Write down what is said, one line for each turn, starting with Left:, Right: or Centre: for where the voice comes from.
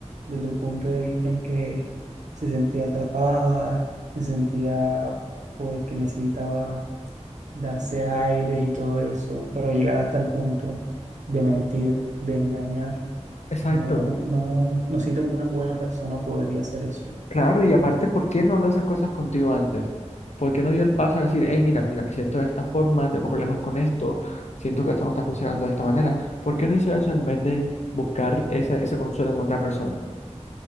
Right: desde el punto de vista en que se sentía atrapada, se sentía pues que necesitaba darse aires y todo eso, pero llegar hasta el punto de mentir, de engañar,
Left: Exacto.
Right: no, no, no siento como una buena persona podría hacer eso.
Left: Claro, y aparte, ¿por qué no habló esas cosas contigo antes? ¿Por qué no dio el paso a decir, hey, mira, mira, me siento de esta forma, tengo problemas con esto, siento que esto no está funcionando de esta manera? ¿Por qué no hizo eso en vez de buscar esa, ese consuelo en otra persona?